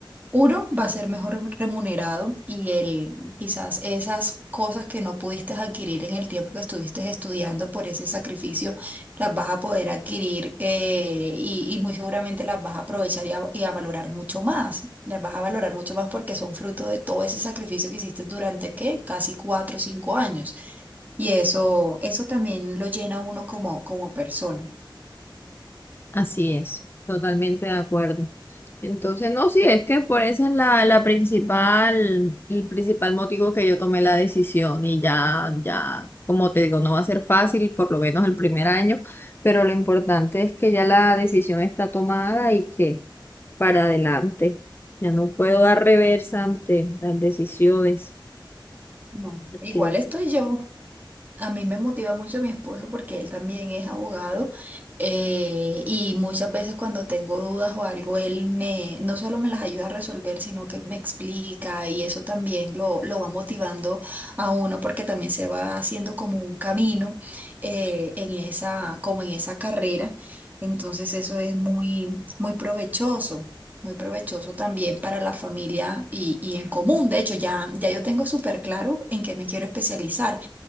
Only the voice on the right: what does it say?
Uno va a ser mejor remunerado y el, quizás esas cosas que no pudiste adquirir en el tiempo que estuviste estudiando por ese sacrificio, las vas a poder adquirir eh, y, y muy seguramente las vas a aprovechar y a, y a valorar mucho más. Las vas a valorar mucho más porque son fruto de todo ese sacrificio que hiciste durante, ¿qué? Casi cuatro o cinco años. Y eso, eso también lo llena a uno como, como persona.
No,
igual estoy yo. A mí me motiva mucho mi esposo porque él también es abogado eh, y muchas veces cuando tengo dudas o algo, él me, no solo me las ayuda a resolver, sino que me explica y eso también lo, lo va motivando a uno porque también se va haciendo como un camino eh, en esa, como en esa carrera. Entonces eso es muy, muy provechoso. Muy provechoso también para la familia y, y en común. De hecho, ya, ya yo tengo súper claro en qué me quiero especializar.